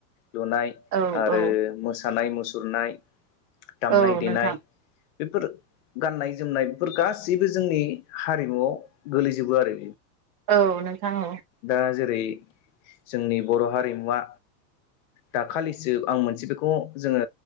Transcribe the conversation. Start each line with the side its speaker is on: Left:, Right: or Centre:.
Left: लुनाय
Right: औ
Left: आरो
Right: औ
Left: मोसानाय मुसुरनाय दामनाय
Right: औ
Left: देनाय
Right: नोंथां
Left: बेफोर गाननाय जोमनाय बेफोर गासैबो जोंनि हारिमुआव गोलैजोबो आरो
Right: औ नोंथां औ
Left: दा जेरै जोंनि बर' हारिमुवा दाखालिसो आं मोनसे बेखौ जोङो